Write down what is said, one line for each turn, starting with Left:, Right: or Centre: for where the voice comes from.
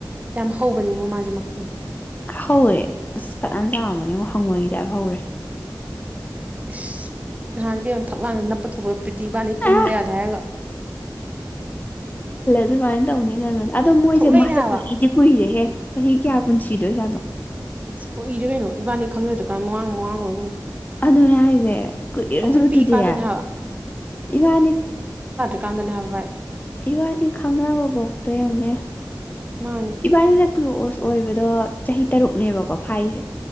Right: ꯌꯥꯝ ꯍꯧꯕꯅꯤꯉꯣ ꯃꯥꯁꯦ ꯃꯈꯣꯟ꯫
Left: ꯍꯧꯑꯦ ꯑꯁ ꯐꯥꯅꯤꯌꯝ ꯆꯥꯎꯥꯔꯝꯕꯅꯦ ꯑꯃꯨꯛ ꯍꯪꯉꯣꯏꯈꯤꯗꯥꯕ ꯍꯧꯔꯦ꯫
Right: ꯏꯁꯁ ꯅꯍꯥꯟꯅꯕꯤ ꯌꯥꯝ ꯊꯛꯂꯥꯡꯅ ꯅꯞꯄ ꯊꯣꯛꯄ ꯄꯤꯇꯤ ꯏꯕꯅꯤ ꯇꯨꯝꯕ
Left: ꯑꯥ
Right: ꯌꯥꯗ ꯍꯥꯏꯔꯒ꯫
Left: ꯑꯗꯨꯉꯥꯏ ꯇꯧꯅꯤ ꯑꯗꯣ ꯃꯣꯏꯁꯦ
Right: ꯊꯣꯛꯂꯛꯏꯅꯦ
Left: ꯃꯥꯁꯦ
Right: ꯍꯥꯏꯕ
Left: ꯀꯨꯏꯗꯤ ꯀꯨꯏꯔꯦꯍꯦ꯫ ꯆꯍꯤ ꯀꯌꯥ ꯄꯨꯟꯁꯤꯗꯣꯏꯖꯥꯠꯅꯣ꯫
Right: ꯑꯁ ꯀꯨꯏꯔꯦ ꯀꯩꯅꯣ ꯏꯕꯥꯅꯤ ꯈꯪꯅꯗ꯭ꯔꯀꯥꯟꯗ ꯃꯃꯥꯡ ꯃꯃꯥꯡ ꯑꯣꯏꯔꯝꯒꯅꯤ
Left: ꯑꯗꯨꯅꯦ ꯍꯥꯏꯁꯦ ꯀꯨꯏꯔꯗ꯭ꯔꯠꯇꯨꯗꯤ
Right: ꯑꯩꯈꯣꯏ ꯄꯤꯛꯏꯀꯥꯟꯗꯅꯦ ꯍꯥꯏꯕ
Left: ꯏꯕꯥꯅꯤ
Right: ꯀꯥꯟꯗꯅ ꯍꯥꯏꯕꯏ
Left: ꯏꯕꯥꯏꯅꯤ ꯈꯪꯅꯕꯐꯧꯗ ꯌꯦꯡꯨꯅꯦ
Right: ꯃꯥꯅꯦ
Left: ꯏꯕꯥꯏꯅꯤꯗ ꯂꯣꯛꯑꯣꯁ ꯑꯣꯏꯕꯗꯣ ꯆꯍꯤ ꯇꯔꯨꯛꯅꯦꯕꯀꯣ ꯐꯥꯏꯁꯦ